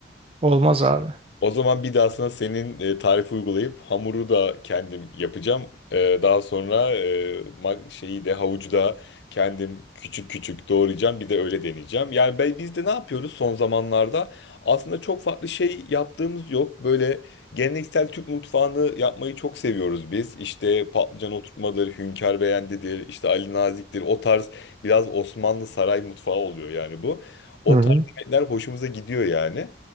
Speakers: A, on the right (about 30°); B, on the left (about 60°).
A: Olmaz abi.
B: O zaman bir daha sana senin e, tarifi uygulayıp hamuru da kendim yapacağım. E, daha sonra e, ma- şeyi de havucu da kendim küçük küçük doğrayacağım. Bir de öyle deneyeceğim. Yani ben, biz de ne yapıyoruz son zamanlarda? Aslında çok farklı şey yaptığımız yok. Böyle geleneksel Türk mutfağını yapmayı çok seviyoruz biz. İşte patlıcan oturtmadır, hünkâr beğendidir, işte Ali Nazik'tir. O tarz biraz Osmanlı saray mutfağı oluyor yani bu. O
A: Hı hı.
B: tarz yemekler hoşumuza gidiyor yani.